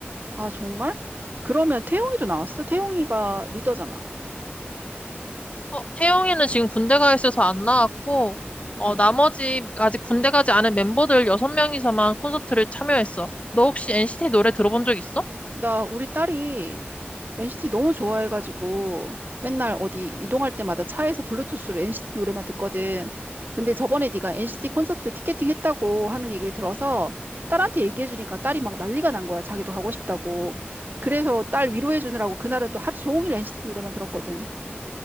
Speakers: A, on the right (about 50°); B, on the left (about 30°).
A: 아, 정말? 그러면 태용이도 나왔어? 태용이가 리더잖아.
B: 어, 태영이는 지금 군대 가 있어서 안 나왔고,
A: 응.
B: 어, 나머지 아직 군대 가지 않은 멤버들 6명이서만 콘서트를 참여했어. 너 혹시 NCT 노래 들어본 적 있어?
A: 나 우리 딸이 NCT 너무 좋아해가지고 맨날 어디 이동할 때마다 차에서 블루투스로 NCT 노래만 듣거든. 근데 저번에 네가 NCT 콘서트 티켓팅 했다고 하는 얘기를 들어서 딸한테 얘기해주니까 딸이 막 난리가 난 거야. 자기도 가고 싶다고. 그래서 딸 위로해주느라고 그날은 또 하루 종일 NCT 노래만 들었거든.